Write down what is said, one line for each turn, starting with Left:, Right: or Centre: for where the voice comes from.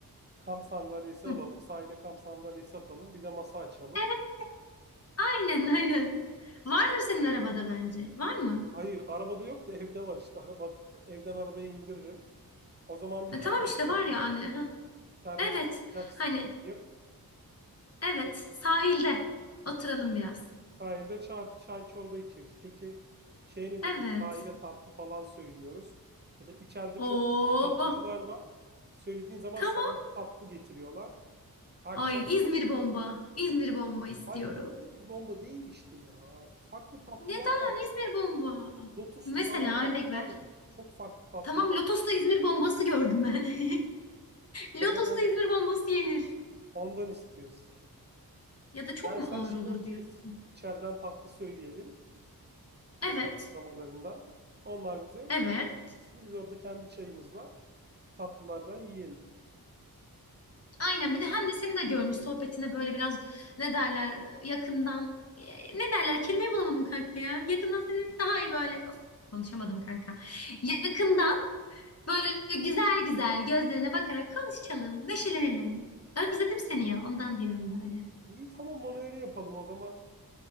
Right: Kamp sandalyesi
Left: Hı.
Right: alalım, sahile kamp sandalyesi atalım, bir de masa açalım.
Left: Evet, aynen aynen. Vardır senin arabada bence. Var mı?
Right: Hayır, arabada yok da evde var işte. Araba, evden arabaya indiririm. O zaman bir
Left: E,
Right: termos
Left: tamam işte
Right: alayım.
Left: var ya hani. Hı.
Right: Termosa
Left: Evet.
Right: sıcak su
Left: Hani
Right: koyayım.
Left: evet sahilde oturalım biraz.
Right: Sahilde çay, çay çorba içeriz. Peki şey ne diyorsun?
Left: Evet.
Right: Sahile tatlı falan söylüyoruz. Mesela içeride çok
Left: Oo.
Right: güzel tatlıcılar var. Söylediğin zaman
Left: Tamam.
Right: sahilde tatlı getiriyorlar. Akşam
Left: Ay İzmir bomba. İzmir bomba istiyorum.
Right: hayır canım, İzmir bomba değil işte ya. Farklı tatlılar
Left: Neden
Right: var burada.
Left: İzmir bomba?
Right: Lotuslu
Left: Mesela
Right: falan tatlılar
Left: örnek ver.
Right: var. Çok farklı tatlılar
Left: Tamam
Right: var.
Left: Lotos'ta İzmir bombası gördüm ben. <laughs> Lotos'ta
Right: Ya Sen on-
Left: İzmir bombası yenir.
Right: ondan istiyorsun.
Left: Ya da çok
Right: Yani
Left: mu
Right: sen
Left: ağır
Right: şey
Left: olur
Right: okeysin.
Left: diyorsun.
Right: İçeriden tatlı söyleyelim.
Left: Evet.
Right: Yemek uygulamalarından. Onlar bize
Left: Evet.
Right: katılsın. biz orada kendi çayımızla tatlılardan yiyelim.
Left: Aynen bir de hem de seni de görmüş sohbetine böyle biraz ne derler yakından E, ne derler kelimeyi bulamadım kanka ya. Yakından seni daha iyi böyle of, konuşamadım kanka. Yakından böyle güzel güzel gözlerine bakarak konuşalım, neşelenelim. Özledim seni ya ondan diyorum böyle.
Right: İyi tamam onu öyle yapalım o zaman.